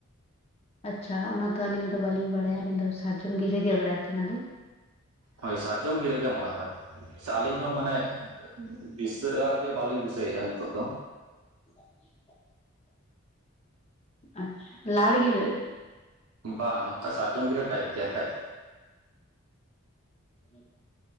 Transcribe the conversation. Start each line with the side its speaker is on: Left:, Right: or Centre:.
Left: ᱟᱪᱷᱟ ᱚᱱᱟᱫᱚ ᱟᱹᱞᱤᱧ ᱫᱚ ᱵᱟᱹᱞᱤᱧ ᱵᱟᱲᱟᱭᱟ᱾ ᱟᱹᱞᱤᱧ ᱫᱚ ᱥᱟᱨᱡᱚᱢ ᱜᱤᱨᱟᱹ ᱜᱮ ᱵᱟᱲᱟᱭ ᱛᱟᱦᱮᱱ ᱞᱤᱧ᱾
Right: ᱦᱳᱭ ᱥᱟᱨᱡᱚᱢ ᱜᱤᱨᱟᱹ ᱜᱮ ᱢᱚᱱᱮ ᱦᱚᱭ ᱥᱟ ᱟᱹᱞᱤᱧ ᱦᱚᱸ ᱢᱟᱱᱮ ᱫᱤᱥᱟᱹ ᱟᱜ ᱜᱮ ᱵᱟᱹᱞᱤᱧ ᱫᱤᱥᱟᱹᱭᱮᱜᱼᱟ ᱱᱤᱛᱚᱜ ᱫᱚ
Left: <inaudible> ᱟᱪᱷᱟ ᱴ, ᱞᱟᱲ ᱜᱤᱨᱟᱹ᱾
Right: ᱵᱟ, ᱱᱚᱝᱠᱟ ᱥᱟᱨᱡᱚᱢ ᱜᱤᱨᱟᱹ ᱴᱟᱭᱤᱯ ᱜᱮᱭᱟ ᱡᱟ ᱠᱷᱟᱡ
Left: ᱦᱩᱸ,